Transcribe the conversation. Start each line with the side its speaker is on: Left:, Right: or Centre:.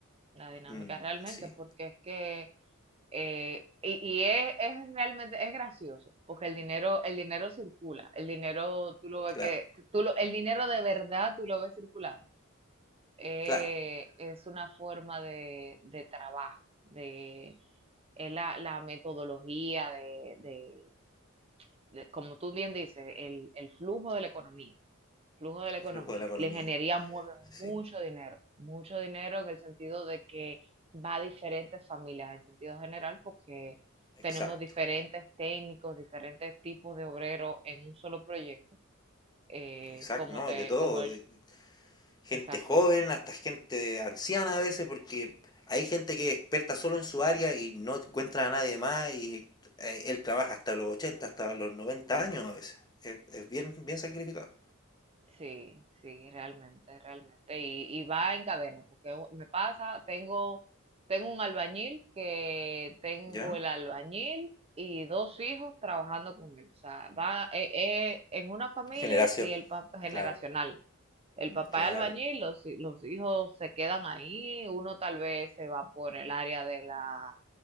Right: la dinámica
Left: Mm,
Right: realmente,
Left: sí,
Right: porque es que, eh, y, y es, es realmente, es gracioso, porque el dinero, el dinero circula, el dinero, tú lo ves
Left: claro.
Right: que, tú lo, el dinero de verdad tú lo ves circulando. Eh,
Left: Claro,
Right: es una forma de, de trabajo, de, es la, la metodología de, de, de- como tú bien dices, el, el flujo de la economía, flujo de la
Left: el
Right: economía.
Left: flujo de la economía.
Right: Y la ingeniería mueve
Left: Sí,
Right: mucho dinero, mucho dinero en el sentido de que va a diferentes familias, en sentido general, porque
Left: exacto.
Right: tenemos diferentes técnicos, diferentes tipos de obreros en un solo proyecto, eh,
Left: Exacto,
Right: como
Left: ¿no?
Right: te,
Left: De todo.
Right: como,
Left: de- gente
Right: exacto.
Left: joven hasta gente anciana a veces, porque hay gente que es experta solo en su área y no encuentra a nadie más y eh, él trabaja hasta los 80, hasta los 90 años a veces. Es, es bien, bien sacrificado.
Right: Sí, sí, realmente, realmente. Y, y va en cadena, porque u- me pasa, tengo, tengo un albañil que tengo
Left: ¿Ya?
Right: el albañil y dos hijos trabajando con él. O sea, va eh, eh, en una familia,
Left: Generación.
Right: sí, el pa- generacional.
Left: Claro,
Right: El papá
Left: claro.
Right: es albañil, los, hi- los hijos se quedan ahí, uno tal vez se va por el área de la